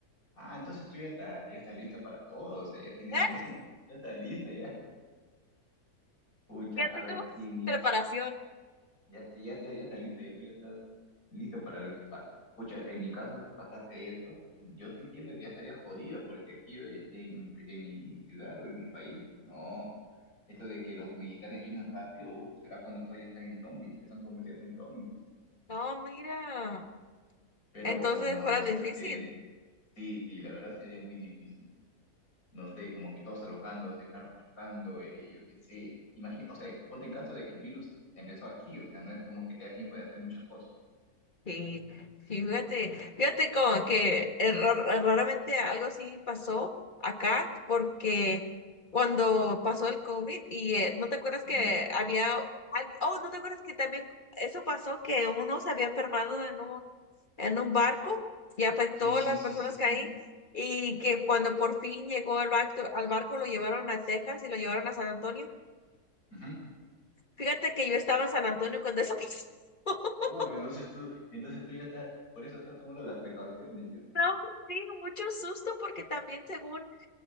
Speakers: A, on the left; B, on the left.
A: Ah, entonces tú ya, ta- ya estás lista para todo, o sea, ya tienes,
B: <laughs>
A: <laughs> ya estás lista, ya. Pucha,
B: ya tengo
A: a ver, y en mi,
B: preparación.
A: ya, te- ya, te- ya estás lista, ya tú ya estás listo para lo que pasa. Pucha, en mi caso, si pasase eso, yo sí siento que ya estaría jodido, porque aquí eh, en, en mi ciudad o en mi país, no, eso de que los militares vienen rápido, uf, será cuando todos ya están en zombies, ya son convertidos en zombies.
B: No, mira.
A: Pero
B: Entonces
A: no,
B: fuera
A: siento
B: difícil.
A: que Sí, sí, la verdad sería muy difícil. No sé, como que todos alocándose, carros chocando, eh, yo qué sé. Imagina, o sea, ponte en caso de que el virus empezó aquí, o sea, no es como que te da tiempo de hacer muchas cosas.
B: Sí, sí, fíjate, fíjate como que eh, ra- raramente algo así pasó acá porque cuando pasó el COVID y eh, no te acuerdas
A: Ujú.
B: que había alguien, oh, no te acuerdas que también eso pasó que uno se había enfermado en un, en un barco y afectó
A: Sí, sí,
B: a las
A: sí,
B: personas
A: sí, sí.
B: que ahí y que cuando por fin llegó el barco, al barco lo llevaron a Texas y lo llevaron a San Antonio
A: Ujú.
B: Fíjate que yo estaba en San Antonio cuando eso pasó. <laughs>
A: Uh, entonces tú, entonces tú ya estás, por eso estás tomando las precauciones ya.
B: No, sí, mucho susto porque también según